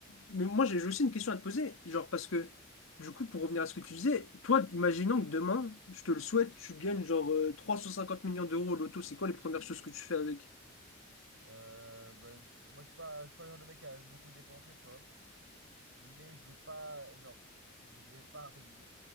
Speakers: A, on the left; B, on the right.
A: mais moi, j'ai j'ai aussi une question à te poser. Genre, parce que, du coup, pour revenir à ce que tu disais, toi, imaginons que demain, je te le souhaite, tu gagnes genre euh, 350 millions d'euros au loto, c'est quoi les premières choses que tu fais avec?
B: Euh, bah, je- moi, je suis pas, je suis pas le genre de mec qui a beaucoup dépensé, tu vois. Mais je vais pas, genre, je vais pas. rég-